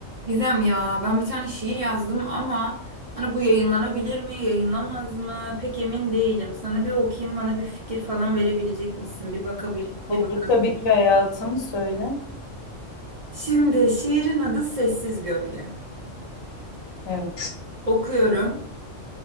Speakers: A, on the right; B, on the left.
A: Gizem ya ben bir tane şiir yazdım ama hani bu yayınlanabilir mi yayınlamaz mı pek emin değilim. Sana bir okuyayım bana bir fikir falan verebilecek misin? Bir bakabil
B: Olur
A: bir bakalım.
B: tabii ki hayatım söyle.
A: Şimdi şiirin adı Sessiz Gölge.
B: Evet.
A: Okuyorum.